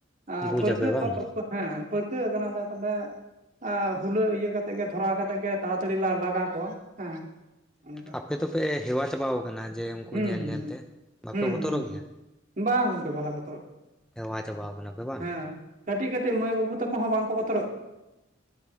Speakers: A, on the right; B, in the centre.
A: ᱮᱸ
B: ᱵᱩᱡᱟᱯᱮ
A: ᱯᱟᱹᱨᱠᱟᱹᱣ
B: ᱵᱟᱝ
A: ᱦᱮᱸ ᱯᱟᱹᱨᱠᱟᱹᱣ ᱠᱟᱱᱟᱞᱮ ᱛᱟᱦᱚᱞᱮ ᱦᱩᱞᱟᱹ ᱤᱭᱟᱹ ᱠᱟᱛᱮᱜ ᱜᱮ ᱫᱷᱚᱨᱟᱣ ᱠᱟᱛᱮᱜ ᱜᱮ ᱛᱟᱲᱟᱛᱟᱹᱲᱤ ᱞᱮ ᱞᱟᱜᱟ ᱠᱚᱣᱟ ᱦᱮᱸ ᱚᱱᱠᱟ
B: ᱟᱯᱮ ᱫᱚᱯᱮ ᱦᱮᱣᱟ ᱪᱟᱵᱟᱣ ᱠᱟᱱᱟ ᱡᱮ ᱩᱱᱠᱩ
A: ᱦᱩᱸ
B: ᱧᱮᱞ ᱧᱮᱞᱛᱮ,
A: ᱦᱩᱸ
B: ᱵᱟᱯᱮ
A: ᱦᱩᱸ
B: ᱵᱚᱛᱚᱨᱚᱜ
A: ᱦᱩᱸ
B: ᱜᱮᱭᱟ?
A: ᱵᱟᱝ ᱜᱚᱢᱠᱮ ᱵᱟᱞᱮ ᱵᱚᱛᱚᱨᱚᱜ ᱜᱮᱭᱟ,
B: ᱦᱮᱣᱟ ᱪᱟᱵᱟᱣ ᱠᱟᱱᱟ ᱯᱮ ᱵᱟᱝ
A: ᱦᱮᱸ ᱠᱟᱹᱴᱤᱡ ᱠᱟᱹᱴᱤᱡ ᱢᱟᱹᱭ ᱵᱟᱵᱩ ᱛᱟᱠᱚᱦᱚᱸ ᱵᱟᱝᱠᱚ ᱵᱚᱛᱚᱨ